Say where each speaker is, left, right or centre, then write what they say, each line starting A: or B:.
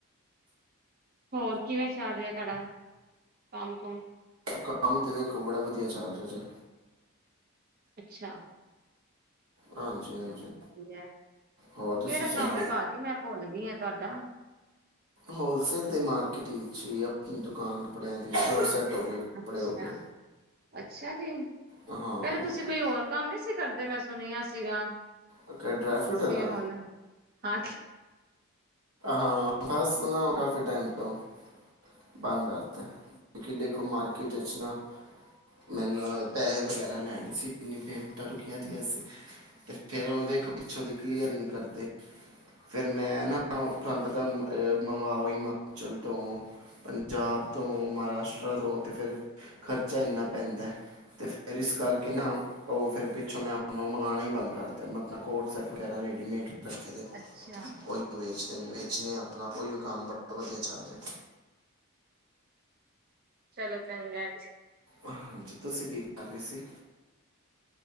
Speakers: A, on the right; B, on the right.
A: ਹੋਰ ਕਿਵੇਂ ਚੱਲ ਰਿਹਾ ਤੁਹਾਡਾ ਕਮ ਕੁਮ।
B: ਕਾਮ ਤੇ ਵੇਖੋ ਬੜਾ ਵਧੀਆ ਚੱਲ ਰਿਹਾ ਜੇ।
A: ਅੱਛਾ।
B: ਹਾਂਜੀ ਹਾਂਜੀ
A: ਚਲ ਵਧੀਆ
B: ਹੋਰ ਤੁਸੀਂ
A: ਕਿਹੜਾ
B: ਸੁਣਾਓ
A: ਕੰਮ ਏ ਭਾਜੀ ਮੈਂ ਭੁੱਲ ਗਈ ਆ ਤੁਹਾਡਾ।
B: ਹੋਲਸੇਲ ਦੇ ਮਾਰਕੀਟ ਵਿੱਚ ਈ ਆਪਣੀ ਦੁਕਾਨ ਕੱਪੜਿਆਂ ਦੀ ਕੋਰਡਸੇਟ ਹੋ ਗਏ। ਕੱਪੜੇ
A: ਅੱਛਾ
B: ਹੋ ਗਏ
A: ਅੱਛਾ ਜੀ।
B: ਹਾਂ
A: ਪਹਿਲੇ ਤੁਸੀਂ ਕੋਈ ਹੋਰ ਕੰਮ ਨਈ ਸੀ ਕਰਦੇ ਮੈਂ ਸੁਣਿਆ ਸੀਗਾ।
B: ਓਕੇ ਡਰਾਈਫਰੂਟ
A: ਤੁਸੀਂ
B: ਅਲਾ।
A: ਹੁਣ ਹਾਂ।
B: ਹਾਂ ਬਸ ਸੁਣਾਓ ਕਾਫੀ ਟਾਈਮ ਤੋਂ। ਬੰਦ ਕਰਤਾ ਕਿ ਦੇਖੋ ਮਾਰਕੀਟ ਇਚ ਨਾ। ਮੈਨੂੰ ਪੈਸੇ ਵਗੈਰਾ ਲੈਣੇ ਸੀ ਇੰਨੀ ਪੇਮਟਾਂ ਰੁਕੀਆਂ ਦੀਆਂ ਸੀ। ਤੇ ਫੇਰ ਉਹ ਦੇਖੋ ਪਿੱਛੋਂ ਦੀ ਕਲੀਅਰ ਹੀ ਨੱਹੀ ਕਰਦੇ। ਫਿਰ ਮੈਂ ਨਾ ਤੁਹਾਨੂੰ ਪਤਾ ਮੰਗਵਾਓ ਹਿਮਾਚਲ ਤੋਂ। ਪੰਜਾਬ ਤੋਂ, ਮਹਾਰਾਸ਼ਟਰ ਤੋਂ, ਤੇ ਫਿਰ ਖ਼ਰਚਾ ਇੰਨਾ ਪੈਂਦਾ। ਅਤੇ ਫਿਰ ਇਸ ਕਰਕੇ ਨਾ। ਉਹ ਫਿਰ ਪਿੱਛੋਂ ਮੈਂ ਅਪਣੋ ਮੰਗਉਣਾ ਹੀ ਬੰਦ ਕਰਤਾ ਮੈਂ ਆਪਣਾ ਕੋਟ ਸੈਟ ਵਗੈਰਾ ਰੇਡੀਮੇਡ ਰੱਖੜੀ ਦੇ ਦਿਨ
A: ਅੱਛਾ।
B: ਉਹੀ ਵੇਚਦੇ ਵੇਚਣੇ ਆਪਣਾ ਉਹੀਓ ਕੰਮ ਬੜਾ ਵਧੀਆ ਚੱਲ ਰਿਹਾ।
A: ਚਲੋ ਚੰਗਾ ਏ।
B: ਹਾਂਜੀ ਤੁਸੀਂ ਕੀ ਕਰ ਰਹੇ ਸੀ?